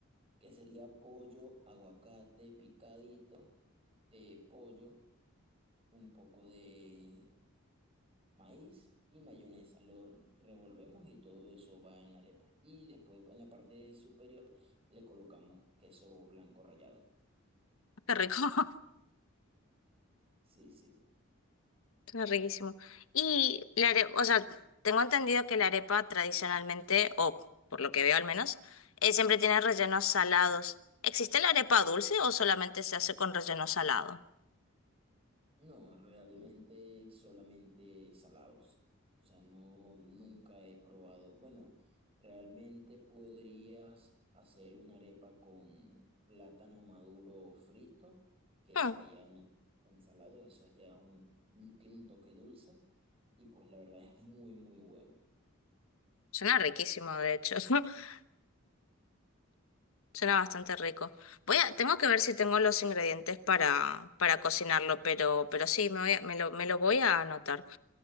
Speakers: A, on the right; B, on the left.
A: que sería pollo, aguacate picadito, eh, pollo, un poco de maíz y mayonesa. Lo revolvemos y todo eso va en la arepa. Y después en la parte superior le colocamos queso blanco rallado.
B: Qué rico, <laughs>
A: Sí, sí.
B: está riquísimo. Y la arepa, o sea, tengo entendido que la arepa tradicionalmente, o por lo que veo al menos, eh, siempre tiene rellenos salados. ¿Existe la arepa dulce o solamente se hace con relleno salado?
A: No, realmente solamente salados. O sea, no, nunca he probado. Bueno, realmente podrías hacer una arepa con plátano maduro frito, que
B: Hmm,
A: sería no ensalado, esa ya un, un- tiene un toque dulce y pues la verdad es muy, muy bueno.
B: Suena riquísimo, de hecho. <laughs> Suena bastante rico. Voy a, tengo que ver si tengo los ingredientes para, para cocinarlo, pero, pero sí, me voy a- me lo, me lo voy a anotar.